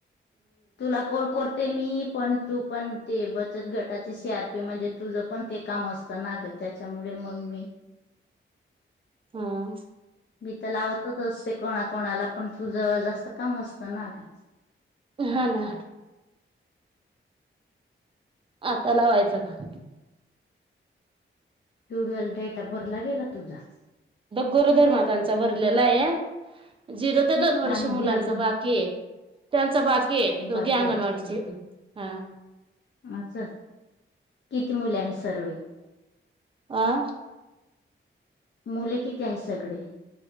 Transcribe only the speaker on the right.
हम्.
हा ना आता लावायच ना.
दग्गोर धर्मात त्यांचा भरलेला आहे झिरो ते दोन वर्ष
मुलांच
बाकी. त्यांचा बाकीकीे दोघे
अंगणवाडीचे
हा.
अ